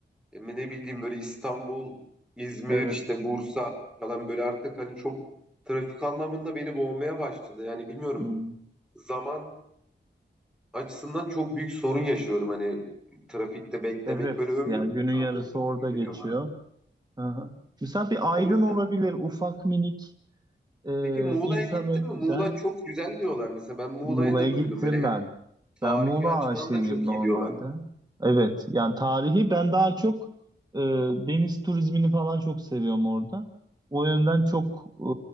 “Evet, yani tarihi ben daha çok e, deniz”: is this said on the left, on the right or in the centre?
Right